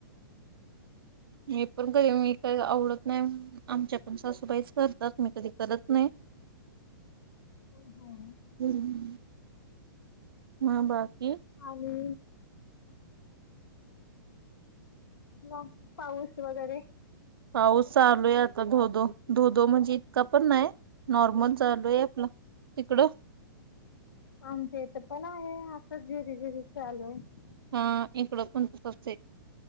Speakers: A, on the right; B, on the left.
A: हे पण कधी मी काही आवडत नाही आमच्याकून सासूबाईच करतात मी कधी करत नाही
B: ह
A: हम्म. मग बाकी
B: हम आणि म पाऊस वगैरे
A: अह चालू आहे आता धोधो धोधो म्हणजे इतका पण नाही नॉर्मल चालू आहे आपलं तिकडं
B: आमच्या इथ पण आहे आ झेरी झेरी चालू आहे
A: हा इकडं कोणचते